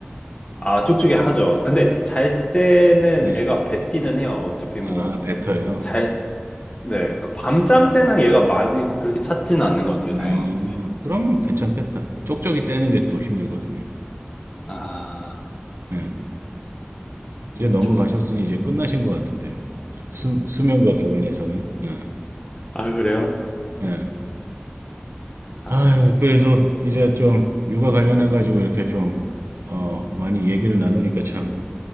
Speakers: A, on the left (about 25°); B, on the right (about 80°).
A: 아, 쪽쪽이 하죠. 아, 근데 잘 때는
B: 네.
A: 애가 뱉기는 해요. 어차피 뭐
B: 아, 뱉어요.
A: 잘, 네. 그 밤잠 때는 얘가 많이 그렇게 찾지는 않는 것 같아요,
B: 음,
A: 다행히.
B: 그러면 괜찮겠다. 쪽쪽이 떼는 게 또 힘들거든요.
A: 아,
B: 예. 이제 넘어가셨으니
A: 저.
B: 이제 끝나신 것 같은데요. 수, 수면과 관련해서는. 예,
A: 아, 그래요?
B: 예.
A: 아,
B: 아유, 그래서 이제 좀 육아 관련해가지고 이렇게 좀, 어, 많이 얘기를 나누니까 참